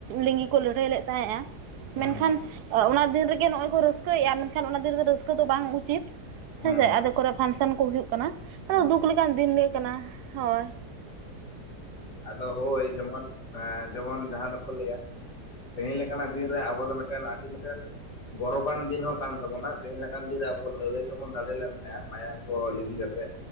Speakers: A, on the right; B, on the left.
A: ᱞᱤᱸᱜᱤ ᱠᱚ ᱞᱟᱹᱲᱦᱟᱹᱭ ᱞᱮᱫ ᱛᱟᱦᱮᱸᱼᱟ
B: ᱦᱩᱸ
A: ᱢᱮᱱᱠᱷᱟᱱ ᱚᱱᱟ ᱫᱤᱱ ᱨᱮᱜᱮ ᱱᱚᱜ ᱚᱚᱭ ᱠᱚ ᱨᱟᱹᱥᱠᱟᱹᱭᱮᱫᱼᱟ ᱢᱮᱱᱠᱷᱟᱱ ᱚᱱᱟ ᱫᱤᱱ ᱨᱮᱫᱚ ᱨᱟᱹᱥᱠᱟᱹ ᱫᱚ ᱵᱟᱝ ᱩᱪᱤᱛ
B: ᱦᱩᱸ
A: ᱦᱮᱸᱥᱮ
B: ᱦᱩᱸ
A: ᱟᱫᱮ ᱠᱚᱨᱮ ᱯᱷᱟᱱᱥᱮᱱ ᱠᱚ ᱦᱩᱭᱩᱜ ᱠᱟᱱᱟ ᱟᱫᱚ
B: ᱦᱩᱸ
A: ᱫᱩᱠ
B: ᱦᱩᱸ
A: ᱞᱮᱠᱟᱱ ᱫᱤᱱ ᱜᱮ ᱠᱟᱱᱟ᱾ ᱦᱳᱭ
B: ᱟᱫᱚ ᱦᱳᱭ ᱡᱮᱢᱚᱱ ᱡᱮᱢᱚᱱ ᱡᱟᱦᱟᱸ ᱫᱚᱠᱚ ᱞᱟᱹᱭᱟ ᱛᱮᱦᱮᱧ ᱞᱮᱠᱟᱱᱟᱜ ᱫᱤᱱ ᱨᱮ ᱟᱵᱚ ᱫᱚ ᱢᱤᱫᱴᱮᱱ ᱟᱹᱰᱤ ᱢᱤᱫᱴᱮᱱ ᱜᱚᱨᱚᱵᱟᱱ ᱫᱤᱱ ᱦᱚᱸ ᱠᱟᱱ ᱛᱟᱵᱚᱱᱟ ᱛᱮᱦᱮᱧ ᱞᱮᱠᱟᱱ ᱫᱤᱱ ᱨᱮ ᱟᱵᱚ ᱞᱟᱹᱲᱦᱟᱹᱭ ᱛᱮᱵᱚᱱ ᱫᱟᱲᱮ ᱞᱮᱱ ᱛᱟᱦᱮᱸᱜᱼᱟ ᱢᱟᱭᱟᱝ ᱠᱚ ᱞᱤᱸᱜᱤ ᱠᱟᱛᱮᱜ